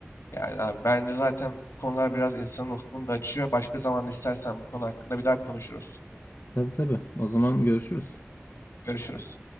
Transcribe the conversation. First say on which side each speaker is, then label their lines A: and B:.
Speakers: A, on the left; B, on the left.
A: Yani abi bence zaten bu konular biraz insanın ufkunu da açıyor. Başka zaman istersen bu konu hakkında bir daha konuşuruz.
B: Tabii tabii. O zaman görüşürüz.
A: Görüşürüz.